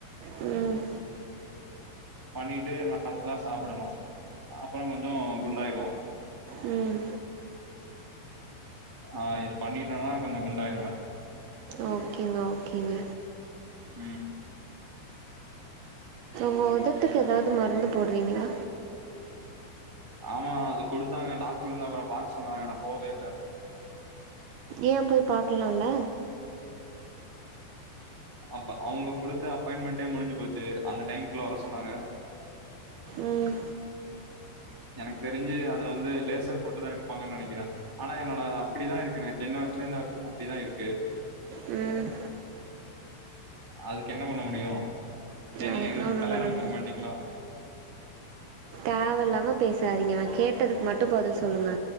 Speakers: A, on the right (about 75°); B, on the right (about 25°).
A: ம்
B: பண்ணிட்டு நல்லா சாப்பிடணு அப்பறோ கொஞ்சோ குண்டாய்ருவோ
A: ம்
B: ஆ இது பண்ணிட்டனா கொஞ்சோ குண்டாய்ருவே
A: ஓகேங்க ஓகேங்க
B: ம்
A: உங்க ஒதட்டுக்கு எதாது மருந்து போட்றீங்ளா
B: ஆமா அது குடுத்தாங்க டாக்டர் வந்து அப்பறோ பாக் சொன்னாங்க நா போவே இல்ல
A: ஏ போய் பாக்கலால்ல
B: அப்ப அவுங்க குடுத்த அப்பாயிண்மெண்ட் டைம் முடிஞ்சு போச்சு அந்த டைம்க்குள்ள வர சொன்னாங்க
A: ம்
B: எனக் தெரிஞ்சு அத வந்து லேசர் போட்டுதா எடுப்பாங்கன் நெனைக்கிறே ஆனா என்னோட அப்பிடிதா இருக்கு எனக் சின்ன வய்சுலர்ந்து அப் அப்டிதா இருக்கு
A: ம்
B: அதுக் என்ன பண்ண முடியு ஏ நீங்க
A: அதுக்கெலாம்
B: நீங்
A: ஒன்றும்
B: கல்யாணம்
A: பண்ண
B: பண்ணிக்
A: முடியாது
B: மாட்டீங்ளோ
A: தேவல்லாம பேசாதீங்க நா கேட்டதுக் மட்டு பதில் சொல்லுங்க